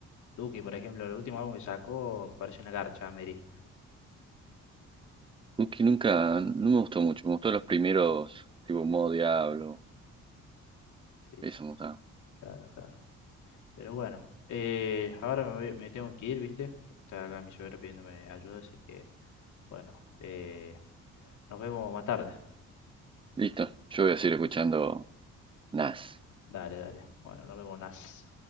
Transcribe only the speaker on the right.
Uki nunca, no me gustó mucho, me gustó los primeros, tipo modo Diablo,
eso
me gustaba.
Listo, yo voy a seguir escuchando Nas.